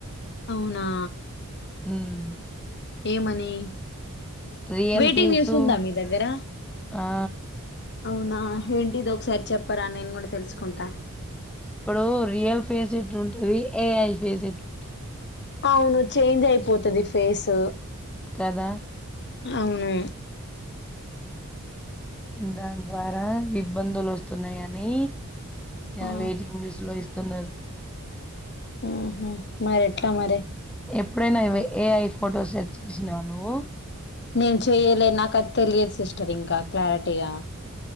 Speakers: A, on the left (about 50°); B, in the centre.
A: అవునా
B: హామ్
A: ఏమని
B: రియల్
A: వెయిటింగ్
B: ఫీసు
A: న్యూస్ ఉందా మీ దగ్గర
B: ఆ
A: అవునా ఏంటి ఇది ఒకసారి చెప్పరా నేను కూడా తెలుసుకుంటా
B: ఇప్పుడు రియల్ ఫేస్ ఎట్లా ఉంటది ఏఐ ఫేస్ ఎట్లా ఉంటది
A: అవును చేంజ్ అయిపోతుది ఫేస్
B: కదా
A: అవును
B: దాని ద్వారా ఇబ్బందులు వస్తున్నాయి అని యా
A: ఆ
B: వెయిటింగ్ న్యూస్ లో ఇస్త తున్నారు
A: ఆహ్ మరి ఎట్లా మరి
B: ఎప్పుడైనా ఏఐ ఫోటో సెట్ చేసినావ నువ్వు
A: నేను చెయ్యలే నాకు ఆది తెలియదు సిస్టర్ ఇంకా క్లారిటీగా